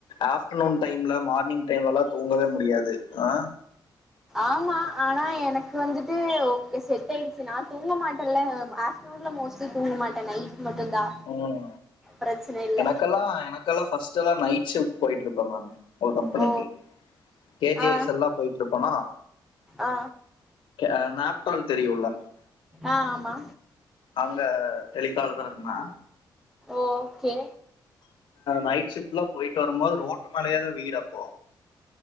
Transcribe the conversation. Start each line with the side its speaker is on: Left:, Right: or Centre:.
Left: ஆஃப்டர்னூன் டைம்ல மார்னிங் டைம்ல தூங்கவே முடியாது ஹ
Centre: ஆமா ஆனா எனக்கு வந்துட்டு ஓகே செட் ஆயிடுச்சு நான் தூங்க மாட்டேன்ல ஆப்டர்நூன்ல மோஸ்ட்லி தூங்க மாட்டேன் நைட் மட்டுந்தா
Left: உஹம்
Centre: பிரச்சன இல்ல
Left: எனக்கெல்லாம் எனக்கெல்லாம்ஸ் ஃப்ஸ்டெல்லாம் நைட் ஷிப்ட் போயிட்டு இருக்கு ப்ரமேம் ஒரு கம்பெனிக்கு
Centre: ஓ
Left: கேஜிஐஸ்
Centre: ஆ
Left: எல்லாம் போயிட்டு இருப்போனா
Centre: ஆ
Left: ஹ நாப்டோள் தெரியுள்ள
Centre: ஆஹ் ஆமா
Left: அங்க தெலிக்கால தான் இருந்தே
Centre: ஓகே
Left: நை் ஷிப்ட்ல போயிட்டு வரும்போது ரோட்டு மேலே தான் வீடு அப்போ